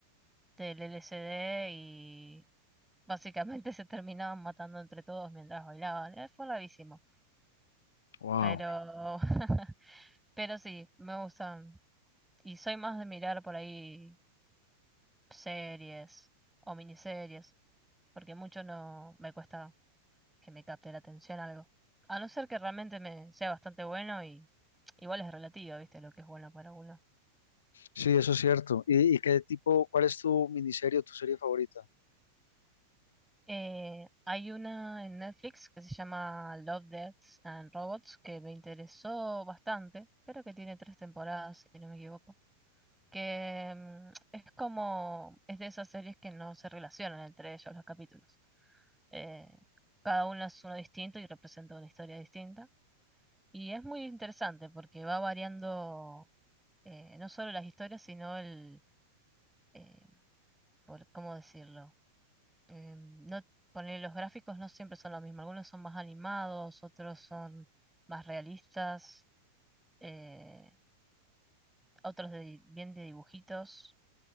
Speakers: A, in the centre; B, on the left (about 65°).
A: del LSD y básicamente <laughs> se terminaban matando entre todos mientras bailaban. Eh, Fue bravísimo.
B: Wow.
A: Pero, <laughs> pero sí, me gustan. Y soy más de mirar por ahí series o miniseries, porque mucho no me cuesta que me capte la atención algo. A no ser que realmente me sea bastante bueno y igual es relativo, ¿viste? Lo que es bueno para uno.
B: Sí, eso es cierto. ¿Y, y qué tipo, cuál es tu miniserie o tu serie favorita?
A: Eh, hay una en Netflix que se llama Love, Death and Robots que me interesó bastante, pero que tiene tres temporadas, si no me equivoco. Que mm, es como, es de esas series que no se relacionan entre ellos los capítulos. Eh, cada uno es uno distinto y representa una historia distinta. Y es muy interesante porque va variando eh, no solo las historias, sino el, eh, por, ¿cómo decirlo? eh, no, ponele, los gráficos no siempre son lo mismo. algunos son más animados, otros son más realistas, eh, otros de di- bien de dibujitos.